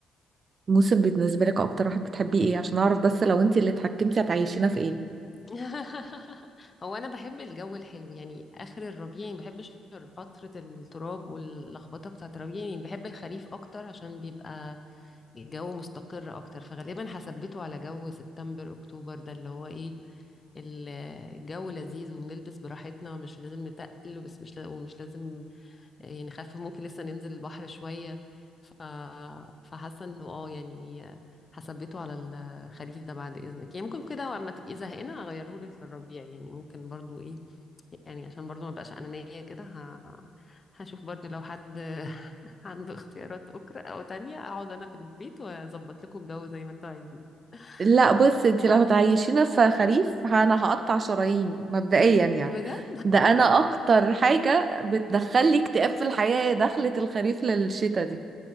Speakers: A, on the right; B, on the left.
A: موسم بالنسبة لك اكتر واحد بتحبيه ايه عشان اعرف بس لو انتي اللي اتحكمتي هتعيشينا في ايه
B: <laughs> هو انا بحب الجو الحلو يعني اخر الربيع يعني ما بحبش فترة التراب واللخبطة بتاعة الربيع يعني بحب الخريف اكتر عشان بيبقى الجو مستقر اكتر فغالبا هثبته على جو سبتمبر اكتوبر ده اللي هو ايه ال- الجو لذيذ وبنلبس براحتنا مش لازم نتقل بس مش لا- ومش لازم يعني خف ممكن لسه ننزل البحر شوية ف... فحاسة انه اه يعني هثبته على الخريف ده بعد اذنك يعني ممكن كده اما تبقي زهقانة اغيره لك للربيع يعني ممكن برضو ايه يعني عشان برضو ما بقاش انانية كده ه... هشوف برضو لو حد <laughs> عنده اختيارات اخرى او تانية اقعد انا في البيت واظبط لكم الجو زي ما انتوا عايزين <laughs>
A: لا بص انتي لو
B: عارفة
A: هتعيشينا في خريف انا هقطع شراييني مبدئيا يعني
B: بجد
A: ده انا اكتر حاجة بتدخلي اكتئاب في الحياة هي دخلة الخريف للشتا دي